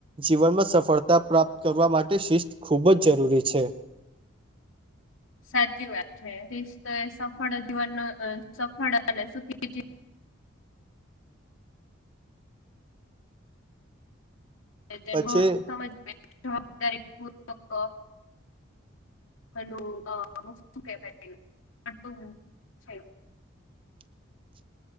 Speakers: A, on the right (about 25°); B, on the left (about 80°).
A: જીવનમાં સફળ માટે શિસ્ત ખૂબ જ જરૂરી છે
B: સાચી વાત છે રિસ્તો તો એ સફળ જીવન નુ અ સફળ અને સુખી તેનું
A: પછી
B: સમજ જવાબદારી પૂર્વક પેલું અ મુખ્ય શું કહેવાય તે આટલું છે
A: <unintelligible>